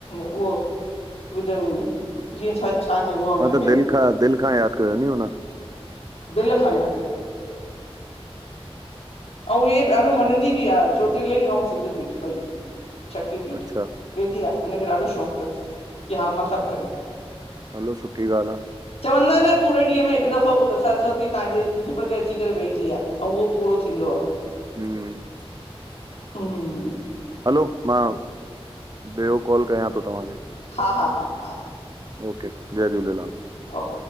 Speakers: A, on the left (about 80°); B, on the right (about 40°).
A: उहो विधो जीअं छा चइबो आहे हुनखे
B: हा त दिलि खां दिलि खां यादि कयो हुन
A: दिल खां यादि करे ऐं इहो ॾाढो मञंदी बि आहे ज्योतिर्लिंग ऐं सिद्धपीठ ॿई शक्ति पीठ
B: अच्छा
A: वेंदी आहे हिनखे ॾाढो शौक़ु अथसि की हा मां सभु कयां
B: हलो सुठी ॻाल्हि आहे।
A: चवंदा आहिनि न त ॾींहं में हिकु दफ़ो सरस्वती तव्हांजे ॼिभ ते अची करे वेहंदी आहे ऐं उहो पूरो थींदो आहे
B: हम
A: हम
B: हलो मां ॿियो कॉल कयां थो तव्हांखे
A: हा हा हा हा
B: ओके जय झूलेलाल
A: ओके